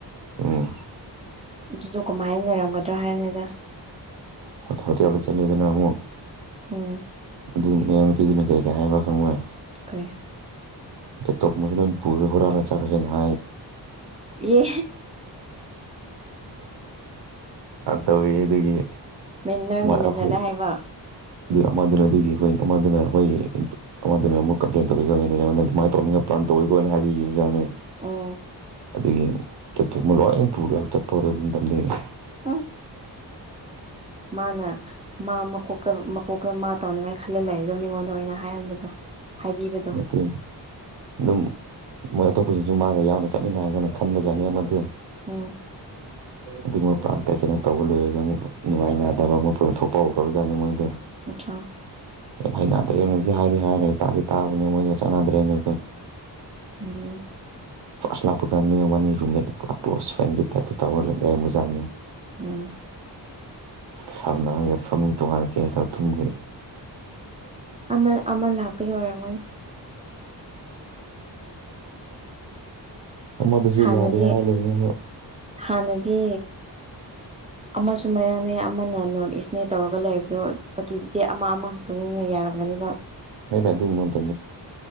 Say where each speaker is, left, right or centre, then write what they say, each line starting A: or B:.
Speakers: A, on the right; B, on the right.
A: ꯑꯣ
B: ꯑꯗꯨꯗꯣ ꯀꯃꯥꯏꯅ ꯂꯩꯔꯝꯒꯗ꯭ꯔꯣ ꯍꯥꯏꯅꯤꯗ
A: ꯍ ꯍꯧ ꯀꯗ ꯆꯠꯗꯅ ꯑꯃꯨ
B: ꯎꯝ
A: ꯑꯗꯨ ꯃꯌꯥꯝ ꯅꯨꯄꯤꯗꯨꯅ ꯀꯩ ꯀ ꯍꯥꯏꯕ ꯈꯪꯉꯣꯏ
B: ꯀꯩ
A: ꯇꯣꯛꯞ ꯃꯁ ꯄꯨꯔꯦ ꯍꯔꯂ ꯆꯀꯁꯤꯦ ꯅ
B: ꯌꯦ
A: ꯇꯧꯋꯤ ꯑꯗꯨꯒꯤ
B: ꯅꯣꯏ
A: ꯑꯩꯈꯣꯏ
B: ꯃꯦꯅꯦꯖꯔꯗ ꯍꯥꯏꯕ
A: ꯑꯗꯨ ꯑꯃꯗꯨꯅ ꯑꯗꯨꯒꯤꯣꯏ ꯑꯃꯗꯨꯅ ꯑꯩꯈꯣꯏꯒꯤ ꯑꯃꯗꯨꯅ ꯑꯃꯨꯛ ꯀꯝꯄ꯭ꯂꯦꯟ ꯇꯧꯕꯤ ꯑꯗꯨꯃꯥꯏꯅ ꯇꯧꯅꯤꯡ ꯄꯥꯟ ꯇꯋꯤꯀꯣꯅ ꯍꯥꯏꯕꯤꯈꯤꯕ ꯑꯣꯖꯥꯅꯦ
B: ꯑ
A: ꯑꯗꯒꯤ ꯆꯊꯣꯛꯃ ꯂꯣꯏ ꯄꯨ ꯂ ꯆꯠꯄ ꯍꯧꯔꯣ ꯑꯗꯨꯝ ꯇꯝꯖꯩ
B: ꯍꯥ ꯃꯥꯅ ꯃꯥ ꯃꯀꯣꯛꯇ ꯃꯀꯣꯛꯇ ꯃꯥ ꯇꯧꯅꯉꯥꯏ ꯈꯜꯂ ꯂꯩꯕꯗꯣ ꯃꯤꯉꯣꯟꯗ ꯑꯣꯏꯅ ꯍꯥꯏꯍꯟꯕꯗꯣ ꯍꯥꯏꯕꯤꯕꯗꯣ
A: ꯅ ꯑꯗꯨ ꯑꯗꯨꯝ ꯃꯣꯏ ꯑꯇꯣꯞꯄꯁꯤꯡꯁꯨ ꯃꯥꯒ ꯌꯥꯅ ꯆꯠꯃꯤꯟꯅꯔꯒꯅ ꯈꯟꯕꯖꯥꯅꯤ ꯃꯗꯨ
B: ꯎꯝ
A: ꯑꯗꯨꯒꯨꯝꯕꯥꯟ ꯀꯩ ꯀꯩꯅꯣ ꯇꯧꯕ ꯂꯣꯏꯔꯒ ꯑꯃꯨꯛ ꯅꯨꯡꯉꯥꯏꯅꯗꯕ ꯃꯐꯝ ꯊꯣꯛꯄ ꯍꯧꯈ꯭ꯔꯕꯖꯠꯅꯤ ꯃꯣꯏꯗ
B: ꯅꯠꯇ꯭ꯔꯥ
A: ꯍꯥꯏ ꯗ꯭ꯔꯦꯅ ꯁꯤ ꯍꯥꯏꯗꯤ ꯍꯥꯏꯔꯒ ꯇꯥꯗꯤ ꯥꯕꯅꯤ ꯃ ꯆꯅꯥꯗ꯭ꯔꯦ ꯅ
B: ꯎꯝ
A: ꯐꯥꯔꯁ ꯂꯥꯞꯄꯀꯥꯟꯅꯤ ꯋꯥꯅꯤ ꯔꯨꯝꯃꯦ ꯄꯨꯔꯥ ꯀ꯭ꯂꯣꯁ ꯐ꯭ꯔꯦꯟꯒꯤ ꯇꯠꯇ ꯇꯧꯍꯜꯂꯏ ꯃꯨꯖꯥꯅꯤ
B: ꯎꯝ
A: ꯁꯝꯅꯒ ꯁꯃꯨ ꯇꯣꯉꯔ ꯆ ꯊꯨꯡ
B: ꯑꯃ ꯑꯃ ꯂꯥꯛꯄꯒꯤ ꯑꯣꯏꯔꯝꯒꯅꯤ
A: ꯎ ꯃꯗꯁꯨ
B: ꯍꯥꯟꯅꯗꯤ
A: ꯌꯥꯗꯦ ꯍꯥꯏꯂꯕꯅꯦ
B: ꯍꯥꯟꯅꯗꯤ
A: ꯎ
B: ꯑꯃꯁꯨ ꯃꯌꯥꯅꯦ ꯑꯃꯅ ꯅꯣꯔꯠ ꯏꯁꯅꯦ ꯇꯧꯔꯒ ꯂꯩꯕꯗꯣ ꯑꯗꯨꯗꯤ ꯑꯃ ꯑꯃꯈꯛꯇꯅꯤꯅ ꯌꯥꯔꯝꯒꯅꯦꯕ
A: ꯍꯗ ꯑꯗꯨꯃꯗꯦ